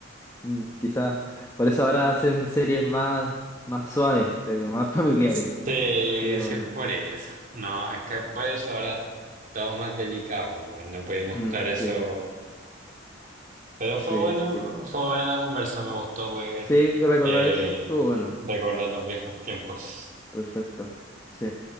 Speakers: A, on the left (about 15°); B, on the right (about 45°).
A: Mm, Quizás. Por eso ahora hacen series más, más suaves, creo yo, más <laughs> familiares.
B: Sí,
A: Pero
B: sí
A: bueno.
B: es por eso. No, es que por eso ahora todo es más delicado, weón, no puede mostrar
A: Mm,
B: eso.
A: sí, va.
B: Pero fue
A: Sí,
B: bueno,
A: sí.
B: fue buena la conversa, me gustó poder
A: Sí, recordar
B: eh,
A: eso. Estuvo bueno.
B: recordar los viejos tiempos.
A: Perfecto. Sí.